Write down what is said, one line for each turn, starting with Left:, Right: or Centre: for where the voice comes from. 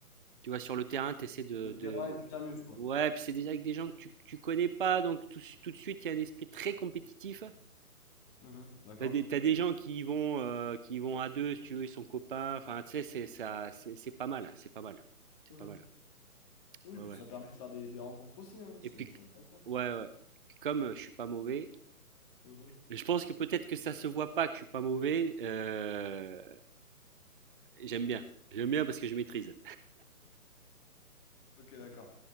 Right: tu vas sur le terrain, tu essaies de,
Left: Le terrain
Right: de-
Left: et tu t'amuses, quoi.
Right: Ouais, puis c'est déjà avec des gens que tu, que tu connais pas, donc tout, tout de suite, il y a un esprit très compétitif.
Left: Mhm. D'accord.
Right: T'as des, t'as des gens qui y vont, euh, qui y vont à deux, si tu veux, ils sont copains. Enfin, tu sais, c'est ça, c'est c'est pas mal, c'est pas mal, c'est
Left: Mhm.
Right: pas mal.
Left: Oui,
Right: Ouais,
Left: puis
Right: ouais.
Left: ça permet de faire des, des rencontres aussi, hein.
Right: Et
Left: C'est
Right: puis,
Left: c'est intéressant.
Right: ouais, ouais. Et puis comme euh, je suis pas mauvais,
Left: Mhm.
Right: Je pense que peut-être que ça se voit pas que je suis pas mauvais. euh, J'aime bien. J'aime bien parce que je maîtrise.
Left: Ok, d'accord.